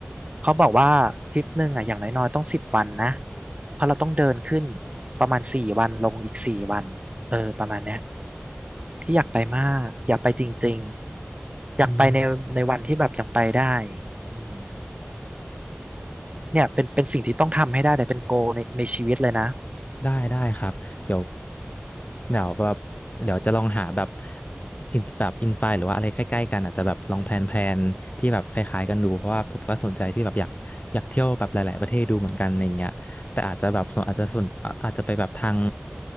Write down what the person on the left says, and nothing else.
อืม
ได้ได้ครับเดี๋ยวเดี๋ยวแบบเดี๋ยวจะลองหาแบบอินสแบบอินสปายหรือว่าอะไรใกล้ๆกันอาจจะแบบลองแพลนแพลนที่แบบคล้ายๆกันดูเพราะว่าผมก็สนใจที่แบบอยากอยากเที่ยวแบบหลายๆประเทศดูเหมือนกันอะไรเงี้ยแต่อาจจะแบบส่วนอาจจะส่วนอาอาจจะไปแบบทาง